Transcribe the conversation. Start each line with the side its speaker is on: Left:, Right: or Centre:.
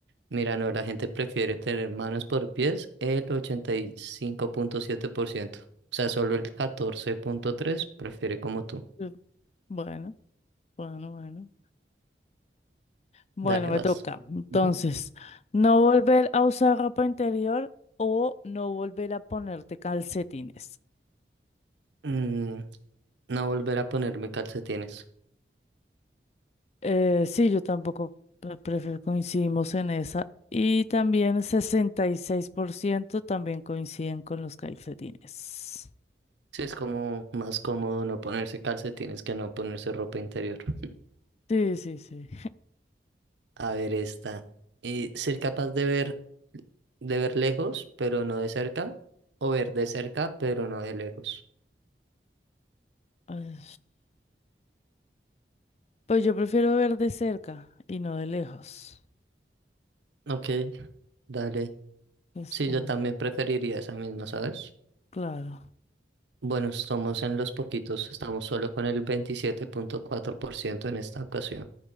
Right: Mira, no, la gente prefiere tener manos por pies el 85.7%. O sea, solo el 14.3% prefiere como tú.
Left: eh, Bueno, bueno, bueno. Bueno,
Right: Dale, vas.
Left: me toca. Entonces,
Right: Ujú.
Left: no volver a usar ropa interior o no volver a ponerte calcetines.
Right: Mm, no volver a ponerme calcetines.
Left: Eh, sí, yo tampoco pre- prefiero, coincidimos en esa. Y también 66% también coinciden con los calcetines.
Right: Sí, es como más cómodo no ponerse calcetines que no ponerse ropa interior. <laughs>
Left: Sí, sí, sí.
Right: A ver, esta. Eh, ser capaz de ver, de ver lejos, pero no de cerca. O ver de cerca, pero no de lejos.
Left: Ay, Pues yo prefiero ver de cerca y no de lejos.
Right: Ok, dale.
Left: Es
Right: Sí,
Left: como,
Right: yo también preferiría esa misma, ¿sabes?
Left: claro.
Right: Bueno, estamos en los poquitos, estamos solo con el veintisiete punto cuatro por ciento en esta ocasión.